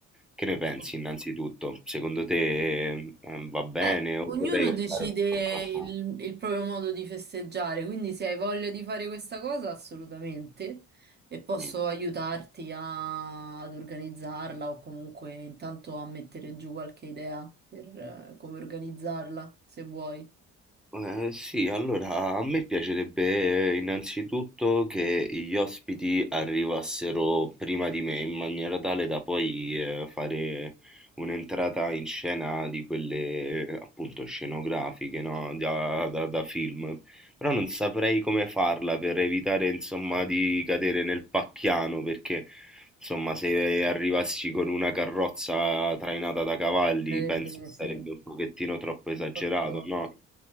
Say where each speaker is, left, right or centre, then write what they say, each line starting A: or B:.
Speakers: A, in the centre; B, on the right (about 35°).
A: Che ne pensi
B: Oh,
A: innanzitutto? Secondo te eh, va bene
B: Beh,
A: o
B: ognuno
A: dovrei
B: eh,
A: optare
B: decide
A: per qualcosa?
B: il, il proprio modo di festeggiare, quindi se hai voglia di fare questa cosa, assolutamente, e posso
A: Mm.
B: aiutarti a- ad organizzarla o comunque intanto a mettere giù qualche idea per eh, come organizzarla, se vuoi.
A: Eh, sì, allora a me piacerebbe eh, innanzitutto che gli ospiti arrivassero prima di me in maniera tale da poi eh, fare un'entrata in scena di quelle eh, appunto scenografiche, no? Da, da- da film. Però non saprei come farla per evitare insomma di cadere nel pacchiano perché insomma se arrivassi con una carrozza trainata da cavalli
B: Sarebbe,
A: penso sarebbe
B: sì, un
A: un pochettino troppo esagerato,
B: po' troppo.
A: no?